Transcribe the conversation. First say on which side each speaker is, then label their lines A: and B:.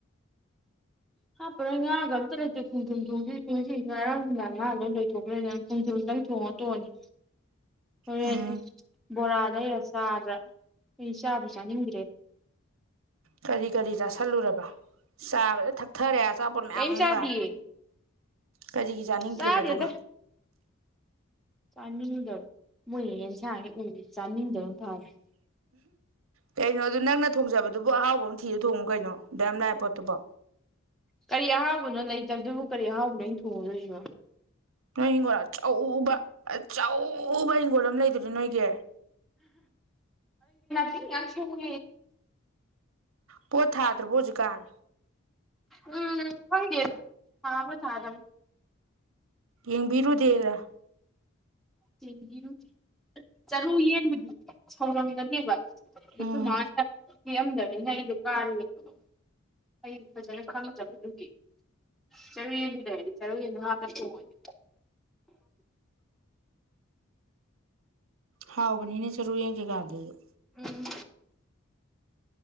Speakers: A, in the centre; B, on the right.
A: ꯍꯥꯞꯄ꯭ꯔ ꯉꯥꯒ ꯑꯝꯇ ꯂꯩꯇꯦ ꯈꯣꯡꯊꯨꯝ ꯊꯣꯡꯁꯤ ꯊꯣꯡꯁꯤ ꯉꯔꯥꯡꯗꯥꯡ ꯉꯥ ꯂꯣꯏ ꯂꯣꯏꯊꯣꯛꯈ꯭ꯔꯦꯗꯅ ꯈꯣꯡꯖꯨꯝꯗꯪ ꯊꯣꯡꯉ ꯇꯣꯡꯉꯅꯤ ꯍꯣꯏ
B: ꯎꯝ
A: ꯕꯣꯔꯥꯗꯩꯔ ꯆꯥꯕ꯭ꯔꯥ ꯑꯩ ꯆꯥꯕ ꯆꯥꯅꯤꯡꯗ꯭ꯔꯦ
B: ꯀꯔꯤ ꯀꯔꯤ ꯇꯥꯥꯁꯜꯂꯨꯔꯕ ꯁꯥꯕ ꯊꯊꯔꯦ ꯆꯄꯔꯃꯦꯎꯒ
A: ꯀꯩꯝ ꯆꯥꯗꯤꯌꯦ
B: ꯀꯔꯤꯒꯤ ꯆꯥꯅꯤꯡꯗ꯭ꯔꯤꯕ
A: ꯆꯥꯗꯦꯗ
B: ꯑꯗꯨꯒ
A: ꯆꯥꯅꯤꯡꯗꯕ ꯃꯣꯏ ꯌꯦꯟꯁꯥꯒꯤ ꯑꯣꯏꯗꯤ ꯆꯥꯅꯤꯡꯗꯕ ꯐꯥꯔꯦ
B: ꯀꯩꯅꯣ ꯑꯗꯨ ꯅꯪꯅ ꯊꯣꯡꯖꯕꯗꯨꯕꯨ ꯑꯍꯥꯎꯕ ꯑꯃ ꯊꯤꯔ ꯊꯣꯡꯉꯨ ꯀꯩꯅꯣ ꯑꯗꯨ ꯌꯥꯝ ꯂꯅꯥꯏ ꯄꯣꯠꯇꯨꯕꯣ
A: ꯀꯔꯤ ꯑꯍꯥꯎꯕꯅꯣ ꯂꯩꯇꯕꯗꯨꯕꯨ ꯀꯔꯤ ꯑꯍꯥꯎꯕꯅꯣ ꯑ ꯊꯣꯡꯉꯗꯣꯏꯁꯤꯕ
B: ꯅꯣꯏ ꯍꯒꯣꯔ ꯑꯕ ꯆꯧ ꯎꯕ ꯍꯪꯒꯣꯜ ꯑꯃ ꯂꯩꯗꯔꯤ ꯅꯣꯏꯒꯤ
A: ꯀꯌꯥꯁ ꯎ
B: ꯄꯣꯊꯥꯗ꯭ꯔꯕꯕꯨꯖ ꯀꯥꯟ
A: ꯎꯝ ꯍꯪꯤ ꯆꯗꯝ
B: ꯌꯦꯡꯕꯤꯔꯨꯗꯦꯗ꯭ꯔ
A: ꯆꯦꯡꯒꯤ ꯔꯨꯇꯤ ꯆꯔꯨ ꯌꯦꯟꯕꯨꯗꯤ ꯁꯧꯔꯝꯒꯅꯦꯕ
B: ꯎꯝ
A: ꯃꯥꯗ ꯍꯤꯑꯝꯗꯕꯅꯤꯅ ꯑꯩꯗꯣ ꯀꯥꯔꯤꯅꯦꯕꯣ ꯑꯩ ꯐꯖꯅ ꯈꯥꯡꯉꯖꯕꯗꯨꯒꯤ ꯆꯔꯨ ꯌꯦꯦꯟꯗꯨꯗꯔꯗꯤ ꯆꯔꯨ ꯌꯦ ꯉꯥꯛꯇ ꯊꯣꯡꯉꯣꯏꯅꯦ
B: ꯍꯥꯎꯕꯅꯤ ꯏꯅꯦ ꯆꯔꯨ ꯌꯦꯡ ꯀ ꯀꯗꯗ
A: ꯎꯝ